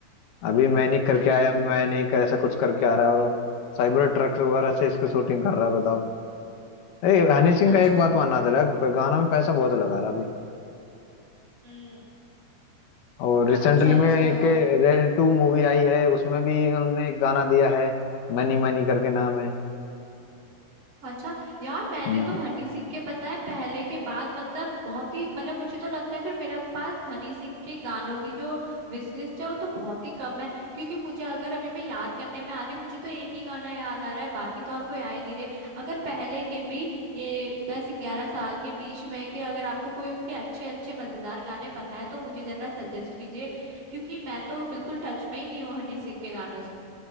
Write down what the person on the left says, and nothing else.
अभी मैनिक करके
आया मैनिक ऐसा कुछ करके आ रहा है और साइबर ट्रक वगैरह से इसकी शूटिंग कर रहा है बताओ ए हनी सिंह
का एक बात मानना चला गाना में पैसा बहुत लगा रहा है अभी
और
रिसेंटली
में एक रेड टू मूवी आई है उसमें भी उन्होंने एक गाना दिया है मनी मनी करके नाम
है